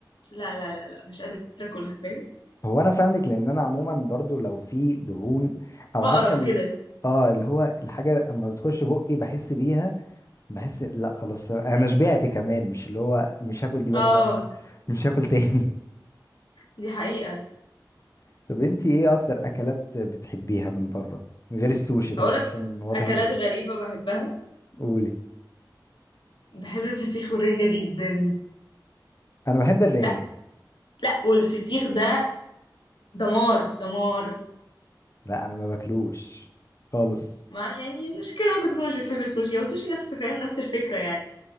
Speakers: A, on the left (about 85°); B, on the left (about 40°).
A: لا لا لا لا مش قادره اكلها فاهم
B: هو انا فاهمك لان انا عموما برضو لو في دهون او
A: بقرف
B: عارفة ال-
A: كده
B: اه اللي هو الحاجة اما بتخش بقي بحس بيها بحس لا خلاص انا شبعت كمان مش اللي هو مش هاكل دي بس
A: اه
B: لا أنا مش هاكل تاني
A: دي حقيقه
B: <laughs> طب انتي ايه اكتر اكلات بتحبيها من بره غير السوشي طبعا
A: هقولك
B: عشان واضح
A: اكلات
B: ان الس-
A: غريبه بحبها
B: قولي
A: بحب الفسيخ والرنجه جدا
B: انا بحب الرنجة
A: لا لا والفسيخ ده دمار دمار
B: لا انا ما باكلوش خالص
A: ما يعني مش كده ممكن تكون مش بتحب السوشي هو السوشي نفس فاهم نفس الفكره يعني